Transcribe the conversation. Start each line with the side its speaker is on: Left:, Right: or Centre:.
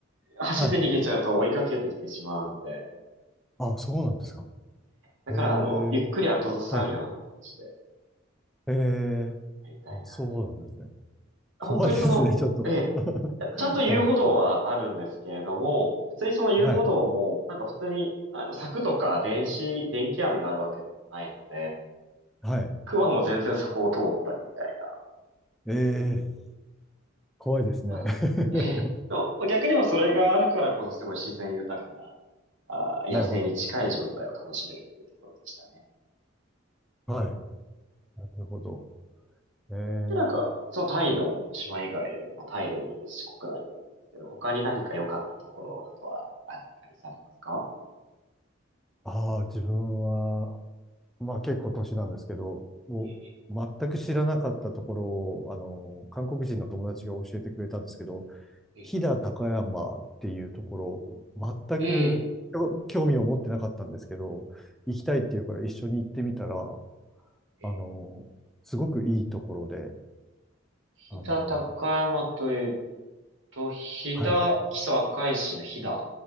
Right: 走って逃げちゃうと追いかけてきてしまうので。
Centre: はい。あ、そうなんですか。
Right: だからあの、
Centre: ええ
Right: ゆっくり後ずさるような感じで
Centre: はい。ええ
Right: やりたいな。
Centre: あ、そうなんですね。
Right: 本当にその、
Centre: 怖いですね、<laughs> ちょっと。
Right: ええ、
Centre: <laughs>
Right: ちゃんと遊歩道はあるんですけれども、
Centre: はい、
Right: 普通にその遊歩道も、
Centre: はい、
Right: なんか普通に、あの、柵とか電子、電気網があるわけでもないので、
Centre: はい。
Right: クマも全然そこを通ったりみたいな。
Centre: ええ怖いですね。
Right: まあ、
Centre: <laughs>
Right: ええ、でもまあ逆にもそれがあるからこそすごい自然豊かな、あー野生に近い状態を楽しめるっていうところでしたね。
Centre: なるほど。はい。なるほど。ええ
Right: で、なんか、そのタイの島以外でも、まあタイでもいいですし、国内でもいいですけど、他に何か良かったところなどはあったりされますか
Centre: ああ、自分は、まあ結構年なんですけど、もう全く知らなかったところを、
Right: え
Centre: あの、韓国人の友達が教えてくれたんですけど、
Right: え、
Centre: 飛騨高山っていうところ、全く興興味を持ってなかったんですけど、
Right: ええ。
Centre: 行きたいっていうから一緒に行ってみたら、
Right: え、
Centre: あの、すごくいいところで、
Right: 飛騨高山という
Centre: あの、
Right: と、飛騨、
Centre: はい、
Right: 木曽赤石の飛騨の